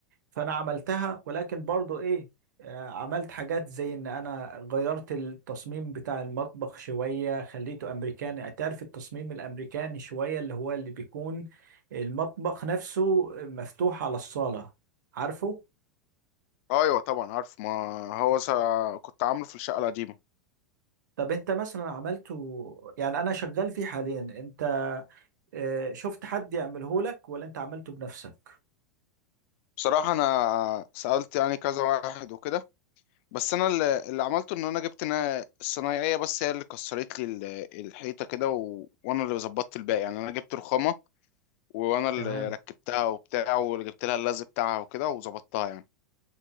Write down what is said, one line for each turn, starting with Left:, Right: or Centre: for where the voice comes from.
Right: فانا عملتها ولكن برضو ايه آه، عملت حاجات زي ان انا غيرت التصميم بتاع المطبخ شوية خليته امريكاني تعرف التصميم الامريكاني شوية اللي هو اللي بيكون المطبخ نفسه مفتوح على الصالة عارفه
Left: أيوة طبعا عارف ما هو س- كنت عامله في الشقة القديمة
Right: طب انت مثلا عملته يعني انا شغال فيه حاليا انت آه، شفت حد يعمله لك ولا انت عملته بنفسك
Left: بصراحة أنا سألت يعني كذا واحد وكده بس أنا اللي, اللي عملته إن أنا جبت أنا الصنايعية بس هي اللي كسرت لي ال- الحيطة كده و... وأنا اللي ظبطت الباقي يعني أنا جبت رخامة وأنا اللي
Right: تمام
Left: ركبتها وبتاع وجبت لها اللزق بتاعها وكده وظبطتها يعني